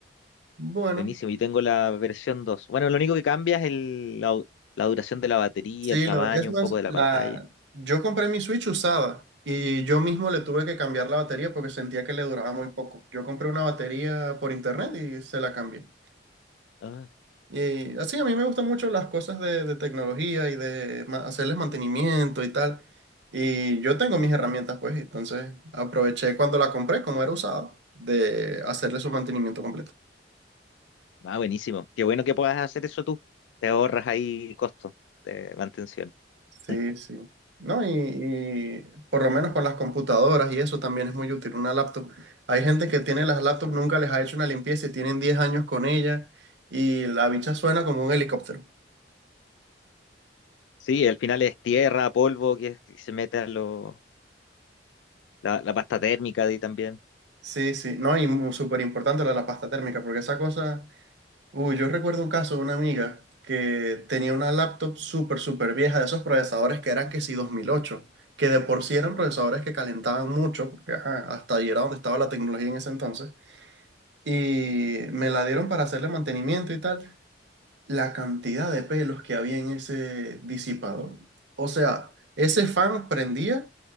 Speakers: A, on the right; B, on the left.
A: Bueno,
B: buenísimo. Yo tengo la versión 2. Bueno, lo único que cambia es el, la, la duración de la batería,
A: sí,
B: el tamaño,
A: lo, es más,
B: un poco de la
A: la,
B: pantalla.
A: yo compré mi Switch usada y yo mismo le tuve que cambiar la batería porque sentía que le duraba muy poco. Yo compré una batería por internet y se la cambié.
B: Ah,
A: Y así, a mí me gustan mucho las cosas de, de tecnología y de ma- hacerles mantenimiento y tal. Y yo tengo mis herramientas, pues, entonces aproveché cuando la compré, como era usada, de hacerle su mantenimiento completo.
B: ah, buenísimo. Qué bueno que puedas hacer eso tú. Te ahorras ahí costo de mantención.
A: Sí,
B: <laughs>
A: sí. No, y, y por lo menos con las computadoras y eso también es muy útil, una laptop. Hay gente que tiene las laptops, nunca les ha hecho una limpieza y tienen 10 años con ella y la bicha suena como un helicóptero.
B: Sí, al final es tierra, polvo que, que se mete a lo, la, la pasta térmica de ahí también.
A: Sí, sí, no, y mu- súper importante lo de la pasta térmica, porque esa cosa... Uy, yo recuerdo un caso de una amiga que tenía una laptop súper, súper vieja de esos procesadores que eran que sí 2008, que de por sí eran procesadores que calentaban mucho, porque ajá, hasta ahí era donde estaba la tecnología en ese entonces, y me la dieron para hacerle mantenimiento y tal. La cantidad de pelos que había en ese disipador. O sea, ese fan prendía